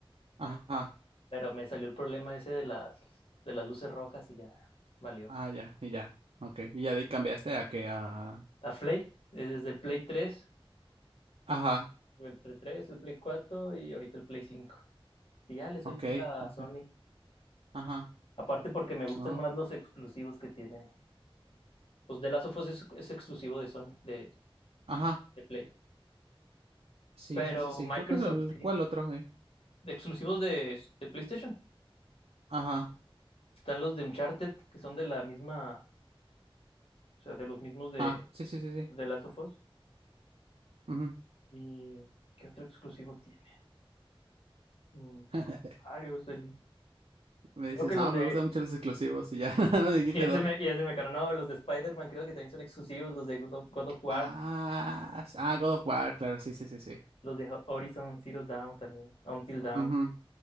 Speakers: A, on the right; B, on the left.
A: Ajá,
B: pero me salió el problema ese de las, de las luces rojas y ya valió.
A: ah, ya, y ya, ok, y ya de ahí cambiaste a que a...
B: A Play, desde el Play 3,
A: Ajá,
B: tuve el Play 3, el Play 4 y ahorita el Play 5. Y ya le soy
A: ok,
B: fiel a
A: ok,
B: Sony.
A: ajá,
B: Aparte porque me gustan
A: no,
B: más los exclusivos que tiene. Pues The Last of Us es, es exclusivo de Sony, de,
A: ajá,
B: de Play.
A: sí,
B: Pero
A: sí, sí, sí,
B: Microsoft,
A: creo que es el...
B: sí.
A: ¿Cuál otro? eh?
B: De exclusivos de, de PlayStation.
A: Ajá,
B: Están los de Uncharted, que son de la misma, o sea, de los mismos de
A: ah, sí, sí, sí, sí.
B: de Last of Us.
A: ujú.
B: ¿Y qué otro exclusivo tiene? Mm,
A: <laughs>
B: varios. del-
A: Me
B: Creo
A: dices,
B: que los
A: no,
B: de...
A: me gustan mucho los exclusivos y ya, <laughs> no dijiste
B: <laughs> Ya
A: dos.
B: se me, ya se me acabaron. No, los de Spider-Man creo que también son exclusivos. Los de God of God of War,
A: Ah, s- ah, God of War, claro, sí, sí, sí, sí.
B: los de Horizon Zero Dawn también. Until Dawn.
A: Ujú,